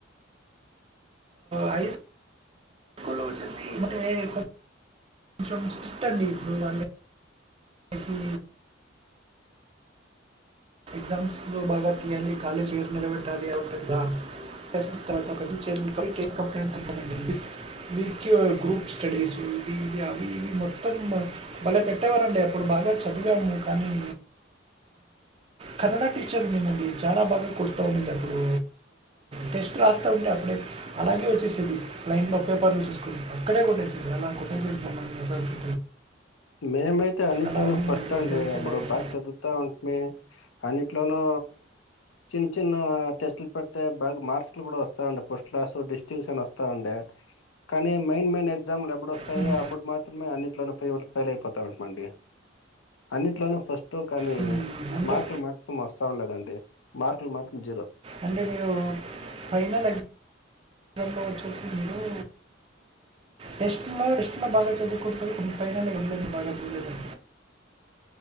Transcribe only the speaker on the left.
మేమైతే అన్నిట్లోన
ఫస్ట్ అండి
అప్పుడు
బాగా చదువుతా ఉంటే అన్నిట్లోనూ చిన్న చిన్న టెస్ట్లు పెడితే బాగా మార్క్స్ లు కూడా వస్తా ఉండే ఫస్ట్ క్లాస్ డిస్టింషన్ వస్తా ఉండే కానీ మెయిన్ మెయిన్ ఎక్స ఎగ్జామ్ ఎప్పుడు వస్తాయో
అప్పుడు మార్క్ మ అన్నిట్లోని ఫెయిల్యూ ఫెయిల్ అయిపోతామండి అన్నిట్లోనూ ఫస్ట్ కానీ
మార్ మత్రం వస్తా ఉండేదండి మార్కులు మాత్రం జీరో